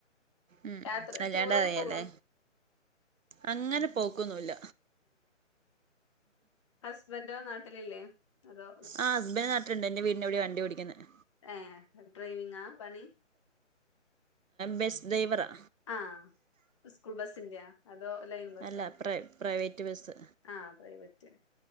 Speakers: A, on the right (about 90°); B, on the left (about 25°).
A: ഉം
B: യാത്ര
A: അല്ലാണ്ട്
B: ടൂറൊക്കെ
A: അറിയല്ലേ
B: പോവോ
A: അങ്ങനെ പോക്കൊന്നുംല്ല.
B: ഹസ്ബൻഡോ നാട്ടിലില്ലേ? അതോ
A: ആ ഹസ്ബന്റ് നട്ട്ടിൽണ്ട് എന്റെ വീടിന്റെ ഇവിടെ വണ്ടിഓടിക്കുന്നത്.
B: ഏ ഡ്രൈവിങ്ങാ പണി?
A: ബസ് ഡ്രൈവറാ
B: ആഹ സ്കൂൾ ബസിന്റെയാ അതോ ലൈൻ ബസോ?
A: അല്ല പ്രൈ പ്രൈവറ്റ് ബസ്
B: ആഹ് പ്രൈവറ്റ്.